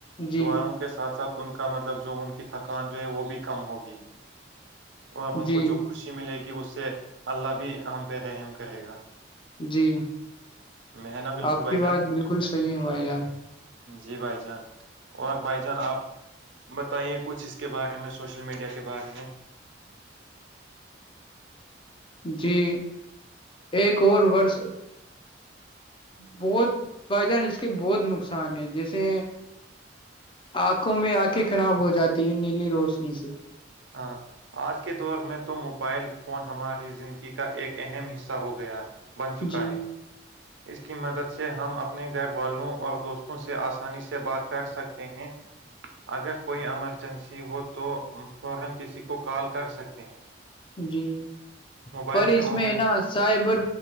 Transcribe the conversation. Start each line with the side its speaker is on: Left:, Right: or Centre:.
Left: جی
Right: دعاؤوں کے ساتھ ساتھ ان کا مطلب جو ان کی تھکان جو ہے وہ بھی کم ہوگی اور ان
Left: جی
Right: کو جو خوشی ملے گی اس سے اللہ بھی ہم پہ رحم کرے گا
Left: جی
Right: میں ہے نا بالکل
Left: آپ
Right: بھائی
Left: کی
Right: جان
Left: بات بالکل صحیح ہے بھائی جان
Right: جی بھائی جان اور بائی جان آپ بتائیے کچھ اس کے بارے میں سوشل میڈیا کے بارے میں
Left: جی ایک اور ورس بہت بائی جان اس کے بہت نقصان ہے جیسے آنکھوں میں آنکھیں خراب ہو جاتی ہے نیلی روشنی سے
Right: ہاں آج کے دور میں تو موبائل فون ہماری زندگی کا ایک اہم حصہ ہو گیا بن چکا
Left: جی
Right: ہے اس کی مدد سے ہم اپنے گھر والوں اور دوستوں سے آسانی سے بات کر سکتے ہیں اگر کوئی ایمرجنسی ہو تو فورا کسی کو کال کر سکتے ہیں
Left: جی
Right: موبائل
Left: پر اس
Right: سے آن
Left: میں
Right: لائن
Left: نا سائبر